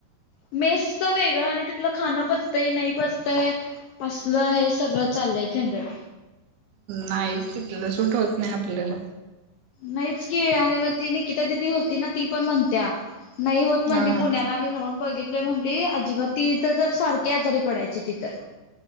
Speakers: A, on the left; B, on the right.
A: मेसचं वेगळं आणि तिलं खांन पचतंय नाही पचतंय. असलं हे सगळं चालय झंझट.
B: नाही तथलं सुट होत नाही आपल्याला.
A: नाहीच की आणि मग ती निकिता दिदी होती ना ती पण म्हणत्या नाही होत म्हणली
B: हा
A: पुण्याला मी राहून बघित. त म्हणली अजिबात तीिथ तर सारखी आजारी पडायची तिथ.